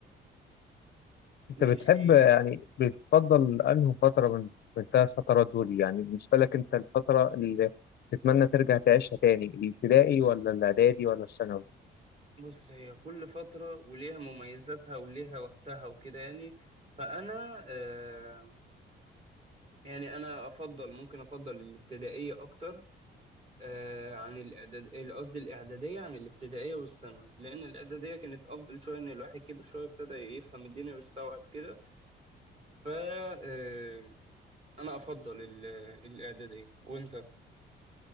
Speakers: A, on the left; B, on the right.
A: أنت
B: ماشي
A: بتحب يعني بتفضل أنهي فترة من من الثلاث فترات دول يعني بالنسبة لك أنت الفترة اللي تتمنى ترجع تعيشها تاني الابتدائي ولا الإعدادي ولا الثانوي؟
B: بص هي كل فترة وليها مميزاتها وليها وقتها وكده يعني فأنا آه يعني أنا أفضل ممكن أفضل الابتدائية أكتر آه عن الإعداد قصدي الإعدادية عن الابتدائية والثانوي لأن الإعدادية كانت أفضل شوية إن الواحد كبر شوية ابتدى يفهم الدنيا ويستوعب كده ف آه، أنا أفضل ال- الإعدادية وأنت؟